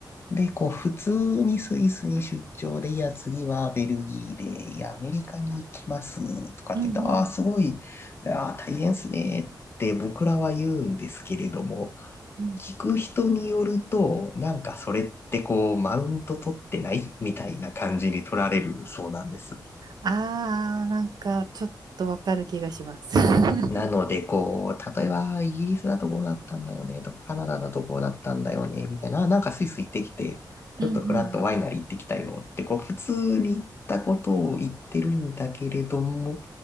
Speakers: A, on the left (about 30°); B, on the right (about 60°).
A: で、こう、普通にスイスに出張で、いや、次はベルギーで、いや、アメリカに行きます、とかって言うと、
B: うんうん。
A: ああ、すごい、ああ、大変ですね、って僕らは言うんですけれども、
B: うん
A: 聞く人によると、なんかそれってこう、マウント取ってないみたいな感じに取られるそうなんです。
B: ああ、なんかちょっとわかる気がします。<laughs>
A: なので、こう、例えば、イギリスだとこうだったんだよね、とか、カナダだとこうだったんだよね、みたいな、あなんかスイス行ってきて、ちょっとフラットワイナリー行ってきたよって、
B: うんうん。
A: こう、普通に行ったことを言ってるんだけれども、